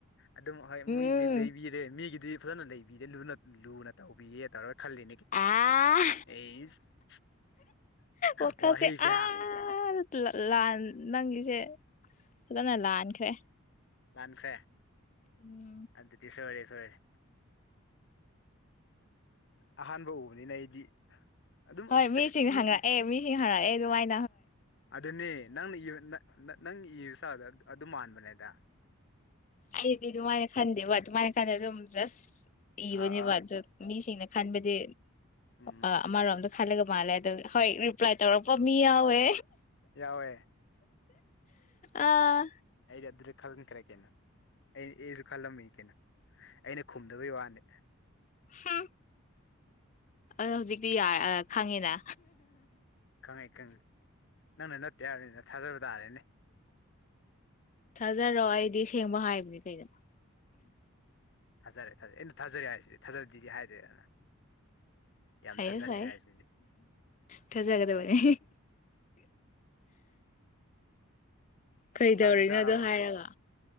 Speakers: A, on the left (about 55°); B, on the left (about 35°).
A: ꯑꯗꯨꯝ ꯍꯣꯏ
B: ꯎꯝ
A: ꯃꯤꯁꯤ ꯂꯩꯕꯤꯔꯦ ꯃꯤꯒꯤꯗꯤ ꯐꯥꯖꯅ ꯂꯩꯕꯤꯗꯦ ꯂꯨꯅ ꯇꯧꯕꯤꯌꯦ ꯇꯧꯔꯒ ꯈꯜꯂꯤ
B: ꯑꯥ
A: ꯏꯁ
B: ꯋꯥꯈꯜꯁꯦ
A: ꯋꯥꯍꯩꯁꯦ ꯍꯥ
B: ꯑꯥ ꯂꯥꯟ ꯅꯪꯒꯤꯁꯦ ꯐꯥꯖꯅ ꯂꯥꯟꯈ꯭ꯔꯦ
A: ꯂꯥꯟꯈ꯭ꯔꯦ
B: ꯎꯝ
A: ꯑꯗꯨꯗꯤ ꯁꯣꯏꯔꯦ ꯁꯣꯏꯔꯦ ꯑꯍꯥꯟꯕ ꯎꯕꯅꯤꯅ ꯑꯩꯗꯤ ꯑꯗꯨꯝ
B: ꯍꯣꯏ ꯃꯤꯁꯤꯡꯅ
A: ꯑꯁ ꯃꯤ
B: ꯍꯡꯉꯛꯑꯦ ꯃꯤꯁꯤꯡ ꯍꯥꯡꯉꯛꯑꯦ ꯑꯗꯨꯃꯥꯏ
A: ꯑꯗꯨꯅꯦ ꯅꯪ ꯅꯪ ꯏꯕ ꯏꯁꯇꯜꯗꯨ ꯑꯗꯨ ꯃꯥꯟꯕꯅꯦꯗ
B: ꯑꯩꯗꯤ ꯑꯗꯨꯃꯥꯏꯅ ꯈꯟꯗꯦꯕ ꯑꯗꯨꯃꯥꯏꯅ ꯈꯟꯗꯦ ꯑꯗꯨꯝ ꯖꯁ ꯏꯕꯥꯅꯦꯕ
A: ꯑꯥ ꯑꯥ
B: ꯑꯗꯨ ꯃꯤꯁꯤꯡꯅ ꯈꯥꯟꯕꯗꯤ
A: ꯎꯝ
B: ꯑꯥ ꯑꯃꯥꯔꯣꯝꯗ ꯈꯜꯂꯒꯥ ꯃꯥꯜꯂꯦ ꯑꯗꯨꯝ ꯍꯣꯏ ꯔꯤꯄ꯭ꯂꯥꯏ ꯇꯧꯔꯛꯄꯥ ꯃꯤ ꯌꯥꯎꯋꯦ
A: ꯌꯥꯎꯋꯦ
B: ꯑꯥ
A: ꯑꯩꯗꯤ ꯑꯗꯨꯗꯤ ꯈꯟꯈ꯭ꯔꯦ ꯀꯦꯩꯅꯣ ꯑꯩ ꯑꯩꯁꯨ ꯈꯜꯂꯝꯃꯤ ꯀꯩꯅꯣ ꯑꯩꯅ ꯈꯨꯝꯗꯕꯩ ꯋꯥꯅꯤ
B: ꯍꯥꯝ ꯑ ꯍꯧꯖꯤꯛꯇꯤ ꯌꯥ ꯈꯪꯉꯦꯅ
A: ꯈꯪꯉꯦ ꯈꯪꯉꯦ ꯅꯪꯅ ꯅꯠꯇꯦ ꯍꯥꯏꯅꯤꯅ ꯊꯥꯖꯕ ꯇꯥꯔꯦꯅꯦ
B: ꯊꯥꯖꯔꯑꯣ ꯑꯩꯗꯤ ꯁꯦꯡꯕ ꯍꯥꯏꯕꯅꯦ ꯀꯩꯗꯅꯣ
A: ꯊꯥꯖꯔꯦ ꯊꯥꯖꯔꯦ ꯑ ꯊꯥꯖꯔꯦ ꯍꯥꯏꯁꯤꯗꯤ ꯊꯥꯖꯗꯤꯗꯤ ꯍꯥꯏꯗꯦꯗꯅ ꯌꯥꯝ
B: ꯐꯥꯏꯦ
A: ꯊꯥꯖꯔꯦ
B: ꯍ
A: ꯍꯥꯏꯔꯤꯁꯤꯗꯤ
B: ꯊꯖꯒꯗꯕꯅꯤ ꯀꯩꯗꯧꯔꯤꯅꯣꯗꯣ
A: ꯆꯥꯛꯇꯤ ꯆꯥꯔꯕ
B: ꯍꯥꯏꯔꯒ